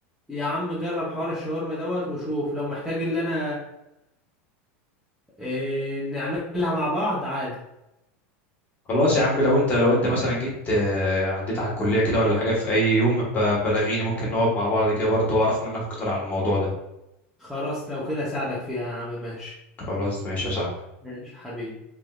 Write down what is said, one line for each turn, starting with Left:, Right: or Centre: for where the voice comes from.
Centre: يا عم جرب حوار الشاورما دوت وشوف لو محتاج اللي انا إيه، نعملها مع بعض عادي
Left: خلاص يا عم لو انت لو انت مثلا جيت آه، عديت على الكلية كده ولا حاجة في اي يوم ب- بلغيني ممكن نقعد مع بعض كده برضه واعرف منك اكتر على الموضوع ده
Centre: خلاص لو كده اساعدك فيها يا عم ماشي
Left: خلاص ماشي يا صاحبي
Centre: ماشي حبيبي